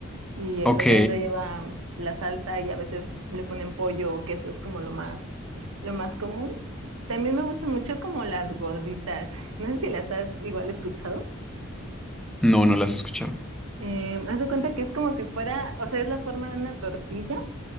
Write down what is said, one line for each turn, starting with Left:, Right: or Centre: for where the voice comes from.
Right: Y eh,
Centre: Ok.
Right: pues adentro lleva la salsa y a veces le ponen pollo o queso, es como lo más, lo más común. También me gustan mucho como las gorditas. <laughs> No sé si las has igual escuchado.
Centre: No, no las he escuchado.
Right: Eh, haz de cuenta que es como si fuera, o sea, es la forma de una tortilla,